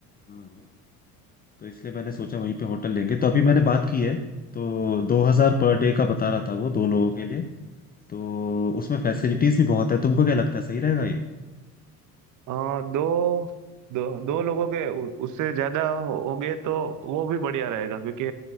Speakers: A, on the left; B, on the right.
A: हाँ तो इसलिए मैंने सोचा वहीं पे होटल लेंगे तो अभी मैंने बात की है तो 2000 पर डे का बता रहा था वो दो लोगों के लिए तो उसमें फैसिलिटीज भी बहुत है तुमको क्या लगता है सही रहेगा ये
B: अ, दो दो दो लोगों के उ- उससे ज्यादा हो हो गए तो वो भी बढ़िया रहेगा क्योंकि